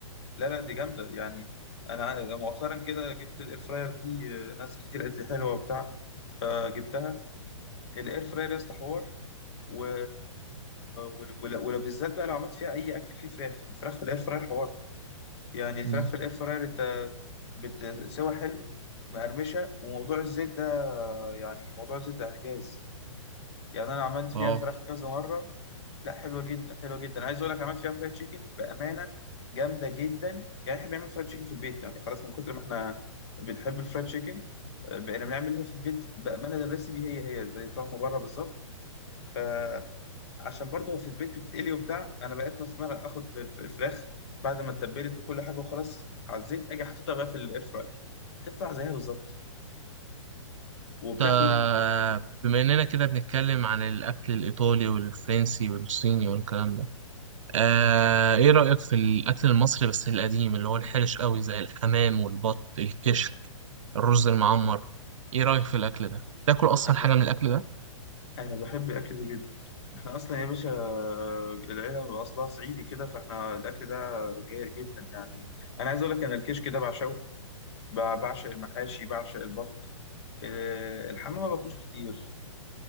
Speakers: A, on the left; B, on the right.
A: لا لا دي جامدة يعني أنا مؤخرا كده جبت الإير فراير دي آه، ناس كتير قالت لي حلوة وبتاع فجبتها الإير فراير يا اسطى حوار و... ول- ول- ولو بالذات بقى لو عملت فيها أي أكل فيه فراخ الفراخ في الإير فراير حوار يعني الفراخ
B: مم.
A: في الإير فراير أنت بتسوى حلو مقرمشة وموضوع الزيت ده آه، يعني موضوع الزيت ده إعجاز يعني أنا عملت فيها
B: اه
A: فراخ كذا مرة لا حلوه جدا حلوه جدا عايز اقول لك عملت فيها فرايد تشيكن بامانه جامده جدا يعني احنا بنعمل فرايد تشيكن في البيت يعني خلاص من كتر ما احنا بنحب الفرايد تشيكن آه، بقينا بنعملها في البيت بامانه الريسيبي هي هي زي طعم بره بالظبط فعشان برضه في البيت بتتقلي وبتاع انا بقيت مسمار اخد الف- الفراخ بعد ما اتبلت وكل حاجه وخلاص على الزيت اجي حاططها بقى في الاير فراير بتطلع زيها بالظبط وبتاكل
B: تا- بما اننا كده بنتكلم عن الاكل الايطالي والفرنسي والصيني والكلام ده آه ايه رايك في الاكل المصري بس القديم اللي هو الحرش قوي زي الحمام والبط الكشك الرز المعمر ايه رايك في الاكل ده تاكل اصلا
A: انا
B: حاجه من الاكل ده
A: انا بحب الاكل ده جدا احنا اصلا يا باشا العيله اصلها صعيدي كده فاحنا الاكل ده جيد جدا يعني انا عايز اقول لك انا الكشك ده بعشقه ب- بعشق المحاشي بعشق البط آه، الحمام ما باكلوش كتير